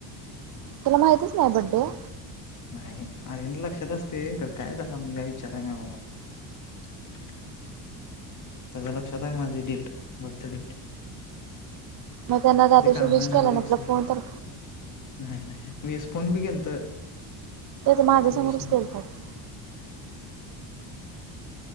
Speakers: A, on the right (about 45°); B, on the left (about 35°).
A: तुला माहितच नाही बर्थडे आहे
B: नाही अर्यनला लक्षात असते पण काय झालं मी काय विचारल नाही बाबा <unintelligible> त्याच्या लक्षात आहे माझी डेट बर्थ डेट
A: मग त्यांना त्या दिवशी
B: कामाच्या
A: विश केला
B: नादात
A: ना
B: विसरला
A: तुला फोन
B: असेल
A: तर
B: नाही नाही वीस फोन बी गेलतो
A: तेच माझ्यासमोरच
B: तरीच नाही
A: केलता की.